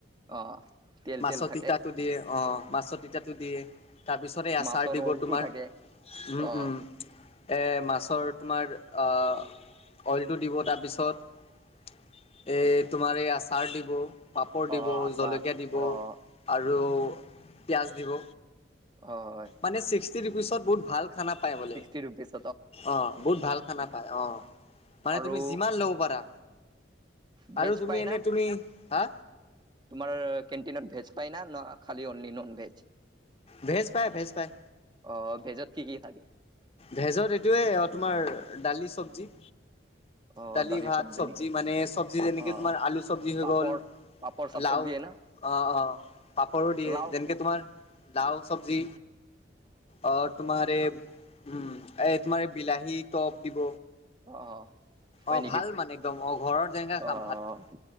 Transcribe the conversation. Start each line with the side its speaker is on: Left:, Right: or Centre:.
Right: অ', তেল
Left: মাছৰ
Right: তেল থাকে
Left: তিতাটো দিয়ে অ' মাছৰ তিতাটো দিয়ে। তাৰ পিছত এই আচাৰ
Right: মাছৰ
Left: দিব
Right: অইলটো
Left: তোমাৰ।
Right: থাকে
Left: উম,
Right: অ',
Left: উম। এ, মাছৰ তোমাৰ অ' অইল <unintelligible> দিব তাৰপিছত, এই তোমাৰ এই আচাৰ দিব পাপৰ দিব,
Right: অ', আচাৰ
Left: জলকীয়া দিব
Right: অ',
Left: আৰু পিঁয়াজ দিব।
Right: অ' হয়।
Left: মানে ছিক্কি ৰুপিচত বহুত ভাল খানা পায় বোলে।
Right: Sixty rupees.
Left: অ' বহুত ভাল খানা পাই অ' মানে
Right: আৰু
Left: তুমি যিমান ল'ব পাৰা।
Right: ভেজ
Left: আৰু তুমি
Right: পাই
Left: এনে
Right: না
Left: তুমি, হা?
Right: তোমাৰ কেনটিনত ভেজ পায় না, ন' খালি অনলি নোনভেজ?
Left: ভেজ পায়, ভেজ পায়।
Right: অ, ভেজত কি কি থাকে?
Left: ভেজত এইটোৱে, তোমাৰ! দালি চব্জি।
Right: অ',
Left: দালি ভাত,
Right: চব্জি
Left: চবজি
Right: নেকি
Left: মানে, চব্জি যেনেকে,
Right: অ',
Left: তোমাৰ আলু চবজি হৈ
Right: পাপৰ
Left: গল
Right: পাপৰ চাপৰ
Left: লাও,
Right: দিয়ে না
Left: অ, অ, পাপৰো দিয়ে,
Right: লাও
Left: যেনেকে তোমাৰ লাও চবজি। অ তোমাৰ এ, উম এ তোমাৰ, বিলাহী টপ দিব,
Right: অ, অ, হয়
Left: অ,
Right: নেকি
Left: ভাল মানে, একদম অ ঘৰৰত যেনেকে
Right: অ',
Left: খাম, ভাত